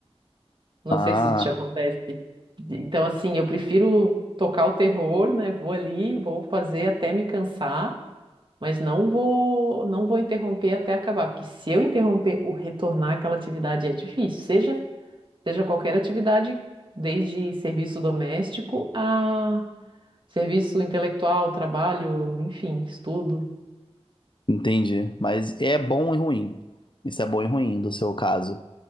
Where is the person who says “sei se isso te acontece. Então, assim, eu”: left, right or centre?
Right